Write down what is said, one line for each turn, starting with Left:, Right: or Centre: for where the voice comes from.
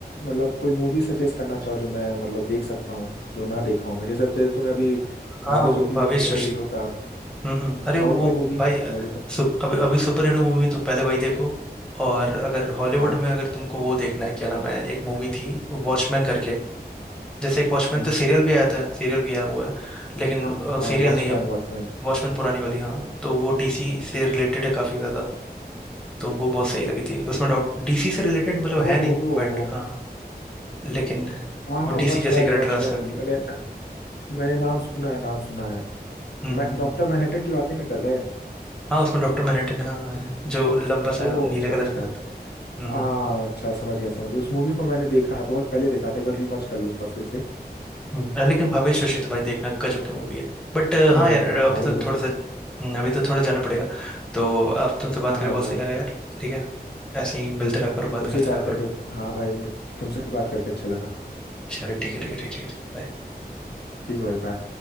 Left: मतलब कोई मूवी सजेस्ट करना चाहो जो मैं मतलब देख सकता हूँ जो ना देखा हूँ मैं जैसे ते- तुमने अभी
Centre: हाँ
Left: भावे
Centre: वो
Left: जोफी
Centre: भावेश
Left: या सुपर हीरो का
Centre: हम्म अरे वो
Left: और कोई मूवी
Centre: भाई अ,
Left: मतलब जो तुम
Centre: सुप, अभी अभी सुपर हीरो मूवी तो पहले वही देखो और अगर हॉलीवुड
Left: हाँ
Centre: में अगर तुमको वो देखना है क्या नाम है एक मूवी थी वॉचमैन करके जैसे एक वॉचमैन
Left: हम्म,
Centre: तो सीरियल भी आया था सीरियल भी आया हुआ है लेकिन
Left: हाँ
Centre: सीरियल
Left: वॉचमैन
Centre: नहीं है
Left: वॉचमैन
Centre: वॉचमैन पुरानी वाली हाँ तो वो डीसी से रिलेटेड है काफी ज्यादा तो वो बहुत सही लगी थी उसमें डॉट डीसी से रिलेटेड मतलब
Left: ओ
Centre: है नहीं
Left: हो
Centre: बट
Left: हो
Centre: हाँ लेकिन
Left: हाँ
Centre: वो
Left: हाँ
Centre: डीसी
Left: वॉचमैन
Centre: जैसे करेक्टर
Left: वॉचमैन
Centre: है उसमें भी
Left: मैंने मैंने नाम सुना है नाम सुना है
Centre: हम्म
Left: मैं
Centre: हम्म हम्म।
Left: डॉक्टर मैनहट्टन की बात नहीं ना कर रहे
Centre: हाँ उसमें डॉक्टर मैनहट्टन हाँ हाँ है, जो लंबा
Left: ओ
Centre: सा नीले
Left: अच्छा
Centre: कलर
Left: अच्छा
Centre: का रहता है हम्म
Left: आ
Centre: हम्म हम्म।
Left: अच्छा समझ गया समझ गया उस मूवी को मैंने देखा है बहुत पहले देखा था एक बार रीवॉच कर लूंगा फिर से
Centre: हम्म, अ, लेकिन भावेश रशी तो भाई देखना गजब की मूवी है बट
Left: नहीं
Centre: हाँ यार अभी
Left: भावे
Centre: तो
Left: जोशी
Centre: थोड़ा सा हम्म, अभी तो थोड़ा जाना पड़ेगा तो आप तुमसे बात
Left: हाँ
Centre: करें
Left: हाँ
Centre: बहुत
Left: भाई
Centre: सही लगा यार ठीक है ऐसे ही मिलते रहा करो बात
Left: तुमसे
Centre: करते
Left: ही बात
Centre: रहा
Left: करके
Centre: करो
Left: हाँ भाई तुमसे ही बात करके अच्छा लगा
Centre: चलो ठीक है ठीक है ठीक है ठीक है बाय
Left: ठीक है भाई बाय